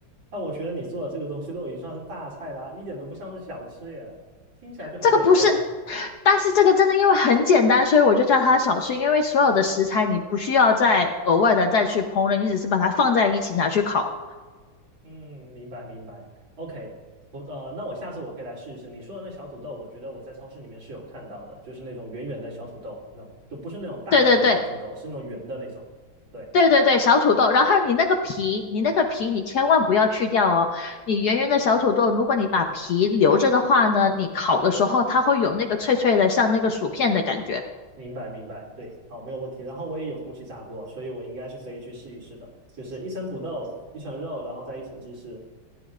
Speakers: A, on the right; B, on the left.
A: 那我觉得你做的这个东西都已经算是大菜啦，一点都不像是小吃耶，听起来就很美味。
B: 这个不是，但是这个真的因为很简单，所以我就叫它小吃。因为所有的食材你不需要再额外的再去烹饪，你只是把它放在一起拿去烤。
A: 嗯，明白明白。OK，我呃，那我下次我可以来试一试你说的那小土豆，我觉得我在超市里面是有看到的，就是那种圆圆的小土豆，那就不是那种大的那种土豆，
B: 对对对
A: 是那种圆的那种。对。
B: 对对对，小土豆。然后你那个皮，你那个皮你千万不要去掉哦。你圆圆的小土豆，如果你把皮留着的话呢，你烤的时候它会有那个脆脆的，像那个薯片的感觉。
A: 明白明白，对，好，没有问题。然后我也有空气炸锅，所以我应该是可以去试一试的，就是一层土豆，一层肉，然后再一层芝士。